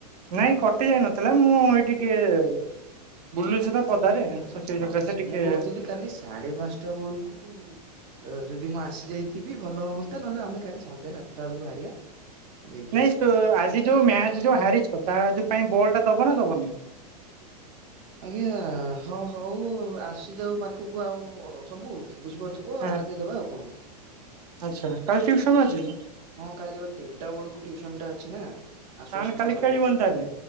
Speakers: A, on the right; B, on the right.
A: ନାଇଁ
B: ହୁଁ ହୁଁ
A: କଟି ଯାଇ ନଥିଲା ମୁଁ
B: ଓହୋ
A: ଏଇଠି ଟିକେ ବୁଲୁଛି ତ ପଦାରେ
B: ଆଚ୍ଛା ଆଚ୍ଛା
A: ସେଇ
B: ହଁ
A: ସକାସେ ଟିକେ
B: ମୁଁ କହୁଥିଲି କାଲି ସାଢେ ପାଞ୍ଚ ଟା ବେଳକୁ ଅ ଯଦି ମୁଁ ଆସି ଯାଇଥିବି ଭଲ ହୁଅନ୍ତା ନହେଲେ ଆମେ କାଲି ସନ୍ଧ୍ୟା ସାତଟା ବେଳକୁ ବାହାରିବା। ଯାଇକି
A: ନାଇଁ
B: ଆସିବା।
A: ତୁ ଆଜି ଯୋଉ ମ୍ୟାଚ ଯୋଉ ହାରିଚ ତା ଯୋଉ ପାଇଁ ବଲ୍ ଟା ଦବ ନା ଦବନି?
B: ଆଜ୍ଞା ହଁ ହଉ ଆସିଯାଉ ପାଖକୁ ଆଉ ସବୁ ବୁଝିପାରୁଥିବ
A: ହଁ
B: ଆ ଦେଇଦେବା ଆଉ କଣ?
A: ଆଚ୍ଛା କାଲି ଟିଉସନ୍ ଅଛି।
B: ହଁ କାଲି ବା ତିନ୍ଟା ବେଳକୁ ଟ୍ୟୁସନ୍ ଟା ଅଛି ନା ଆସୁ
A: ତାହେଲେ
B: ଆସୁ ମୋର
A: କାଲି
B: ସାଢେ
A: ଖେଳିବନି
B: ପାଞ୍ଚ୍ ଟା ପାଞ୍ଚ୍
A: ତାହେଲେ
B: ଟା